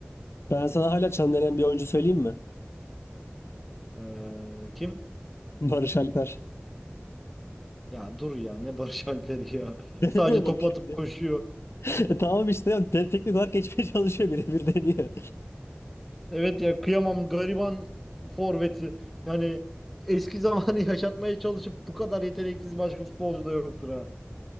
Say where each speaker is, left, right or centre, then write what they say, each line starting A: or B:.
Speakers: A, on the left (about 75°); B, in the centre.
A: Ben sana hala çan denen bir oyuncu söyleyeyim mi?
B: Ee, kim?
A: Barış Alper.
B: Ya dur ya ne Barış Alper'i ya. <laughs>
A: <laughs> Denemiyorum
B: Sadece top
A: ama şimdi.
B: atıp koşuyor.
A: <laughs> Tamam işte de- teknik olarak geçmeye çalışıyor birebir deniyor.
B: Evet ya kıyamam gariban forveti. Yani eski zamanı <laughs> yaşatmaya çalışıp bu kadar yeteneksiz başka futbolcu da yoktur ha.